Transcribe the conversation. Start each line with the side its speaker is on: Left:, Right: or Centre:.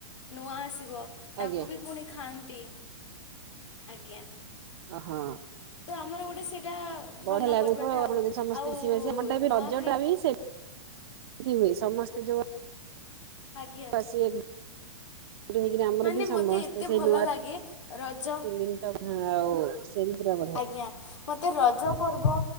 Left: ନୂଆ ଆସିବ। ତାକୁ
Right: ଆଜ୍ଞା
Left: ବି ପୁଣି ଖାଆନ୍ତି, ଆଜ୍ଞା।
Right: ଅ ହଁ।
Left: ତ ଆମର ଗୋଟେ ସେଇଟା ଭଲ
Right: ବଢିଆ ଲାଗୁଥିବ
Left: ପର୍ବଟା
Right: ଆଉ ଆମର ଯଦି ସମସ୍ତେ
Left: ଆଉ
Right: ମିଶି ମାଶିି ଆମର ଟା ବି
Left: ନୂଆଖାଇ
Right: ରଜ ଟା ବି ସେ ହୁଏ ସମସ୍ତେ ଯୋଉ
Left: ଆଜ୍ଞା।
Right: <unintelligible> ହେଇକରି ଆମର
Left: ମାନେ
Right: ବି ସମସ୍ତେ
Left: ମୋତେ ଏତେ
Right: ସେଇ
Left: ଭଲ
Right: ନୂଆ
Left: ଲାଗେ ରଜ
Right: <unintelligible> <unintelligible> ଆଉ <inaudible>
Left: ଆଜ୍ଞା ମତେ ରଜ ପର୍ବ